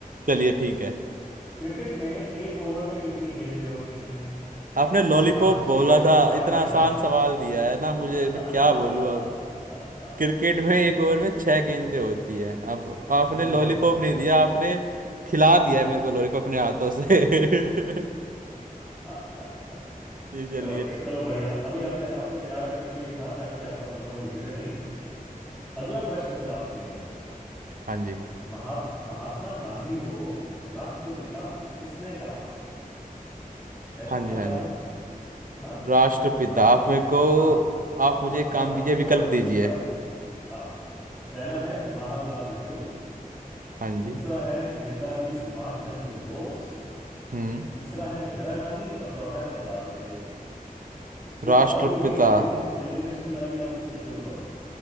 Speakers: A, on the right; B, in the centre.
A: चलिए ठीक है
B: क्रिकेट में एक ओवर में कितनी गेंदें होती हैं
A: आपने लॉलीपॉप
B: पांच
A: बोला
B: छह
A: था
B: आठ
A: इतना
B: या
A: आसान
B: दस
A: सवाल दिया है ना मुझे
B: <laughs>
A: मैं क्या बोलूं अब क्रिकेट में एक ओवर में छह गेंदें होती है अब आपने
B: बिल्कुल
A: लॉलीपॉप
B: सही
A: नहीं दिया आपने खिला दिया
B: हाँ
A: है मेरे को लॉलीपॉप अपने हाथों से <laughs>
B: <laughs>
A: ये चलिए
B: ओके
A: ठीक-
B: चलो बढ़िया अभी आप तै- आपको तैयार करने के लिए था ताकि आपका मनोबल गिरे नहीं अगला प्रश्न आप सुनिए जरा
A: हाँ जी
B: महात महात्मा गांधी को राष्ट्रपिता किसने कहा था है
A: हाँ
B: कुछ
A: जी
B: अंदाजा
A: हाँ जी
B: हाँ
A: राष्ट्रपिता
B: महात्मा
A: आप मेरे को
B: हाँ
A: आप मुझे
B: महात्मा
A: एक काम
B: गांधी
A: कीजिए विकल्प
B: को राष्ट्रपिता
A: दीजिए
B: हाँ पहला है जवाहरलाल नेहरू
A: हाँ जी
B: दूसरा है नेताजी सुभाष चंद्र बोस
A: हम्म
B: तीसरा है इंदिरा गांधी और चौथा है सरदार पटेल तो
A: राष्ट्रपिता
B: अभी वही एलिमिनेशन एलिमिनेशन वाली आप उससे शुरू करो